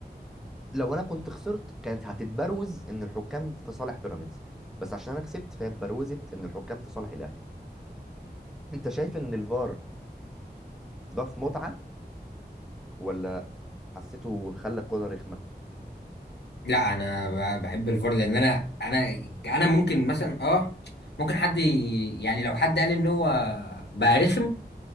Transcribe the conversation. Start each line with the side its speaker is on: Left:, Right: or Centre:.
Centre: لو انا كنت خسرت كانت هتتبروز ان الحكام في صالح بيراميدز بس عشان انا كسبت فهي اتبروزت ان الحكام في صالح الاهلي انت شايف ان الفار ضاف متعه ولا حسيته خلى الكوره رخمه
Left: لا أنا ب- بحب الفار لأن أنا أنا أنا ممكن مثلا أه ممكن حد ي- يعني لو حد قال إن هو بقى رخم